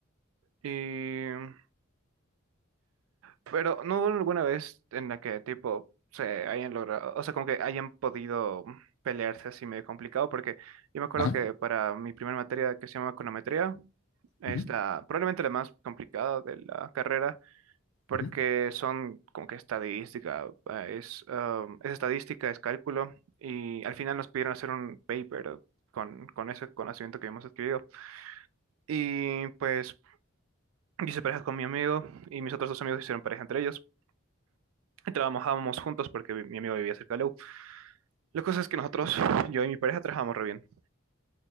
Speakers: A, on the right; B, on the left.
A: Y Pero no hubo alguna vez en la que tipo se hayan logrado, o sea, como que hayan podido pelearse así medio complicado, porque yo me acuerdo
B: Ajá.
A: que para mi primera materia que se llama econometría, es
B: Ujú,
A: la, probablemente la más complicada de la carrera, porque
B: ujú.
A: son como que estadística, eh, es, um, es estadística, es cálculo, y al final nos pidieron hacer un paper con, con ese conocimiento que hemos adquirido. Y pues yo hice pareja con mi amigo y mis otros dos amigos hicieron pareja entre ellos. <laughs> Trabajábamos juntos porque mi mi amigo vivía cerca de la U. La cosa es que nosotros, yo y mi pareja, trabajábamos re bien.